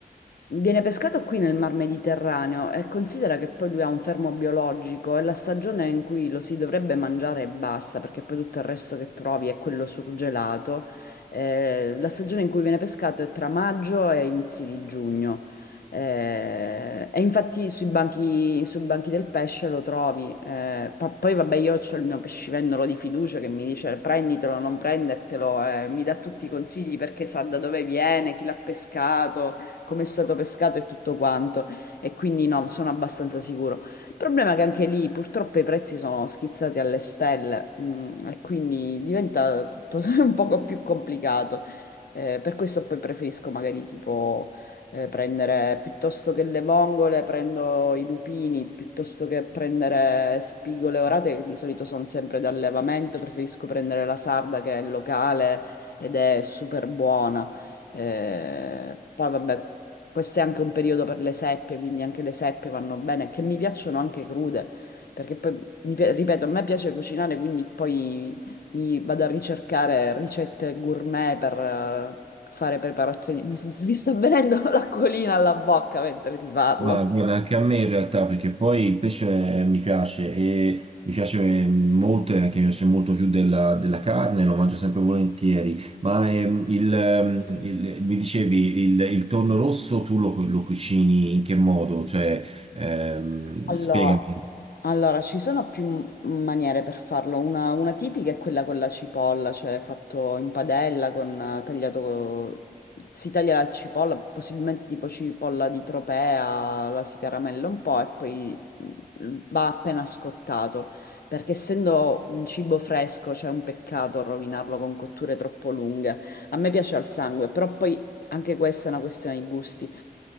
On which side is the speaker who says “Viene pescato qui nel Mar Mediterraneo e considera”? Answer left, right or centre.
Left